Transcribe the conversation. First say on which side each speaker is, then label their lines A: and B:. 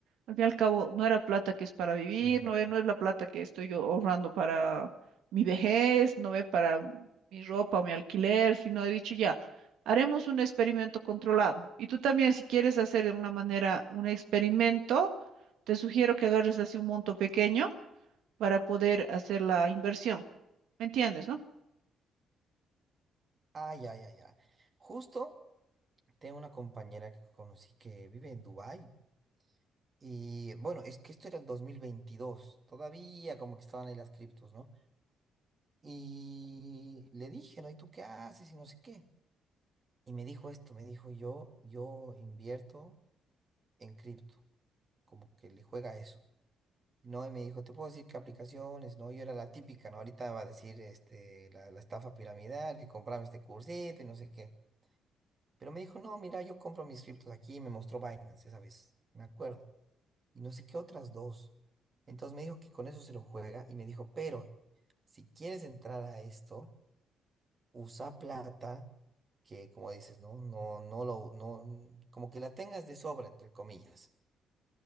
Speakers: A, on the right (about 80°); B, on the right (about 35°).
A: Al fin y al cabo, no era plata que es para vivir,
B: Ya.
A: no es, no es la plata que estoy yo ahorrando para mi vejez, no es para mi ropa o mi alquiler, sino he dicho ya, haremos un experimento controlado. Y tú también, si quieres hacer de alguna manera un experimento, te sugiero que agarres así un monto pequeño para poder hacer la inversión. ¿Me entiendes, no?
B: Ah, ya, ya, ya. Justo tengo una compañera que conocí que vive en Dubái. Y bueno, es que esto era el dos mil veintidós Todavía como que estaban ahí las criptos, ¿no? Y le dije, ¿no? ¿Y tú qué haces? Y no sé qué. Y me dijo esto, me dijo yo, yo invierto en cripto, como que le juega a eso. No, y me dijo, te puedo decir qué aplicaciones, no, yo era la típica, ¿no? Ahorita va a decir este, la, la estafa piramidal, que compraba este cursito y no sé qué. Pero me dijo, no, mira, yo compro mis criptos aquí, y me mostró Binance esa vez, me acuerdo. Y no sé qué otras dos. Entonces me dijo que con eso se lo juega y me dijo, pero si quieres entrar a esto, usa plata que, como dices, no, no, no lo, no, como que la tengas de sobra, entre comillas.